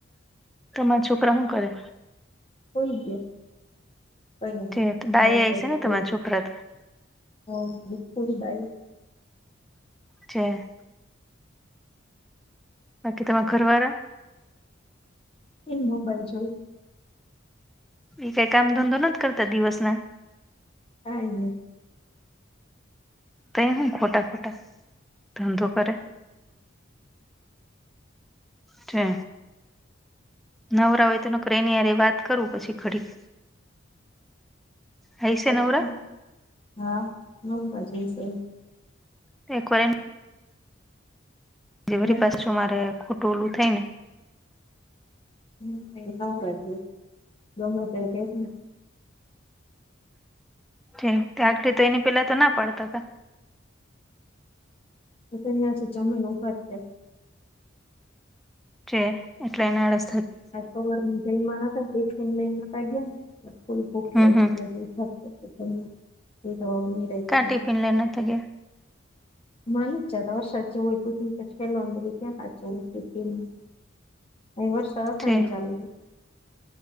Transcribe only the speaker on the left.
હુઈ ગ્યા.
<unintelligible>
હો દીપુડી બાઈ.
એ મોબાઈલ જોય.
કાંઈ ની.
પછી.
હા નંબર જોઈસે.
હે
હમ્મ એ ન કઇરુ ગમે તે કેત ને.
હું તો ન્યાં થી જમીન ને ઉભા જ થયા.
આજ સવારમાં જઈમા નતાં ટિફિન લઈને નતા ગ્યાને એટલે ફૂલ ભૂખ
લાઈગી.
<unintelligible> એ તો નિરાંતે
કરે
મ જદ વર્ષ ઉું કિકટ ખેનું બી્યા હાજ અ વર્ષ સરા સણે
ચાલુ છે.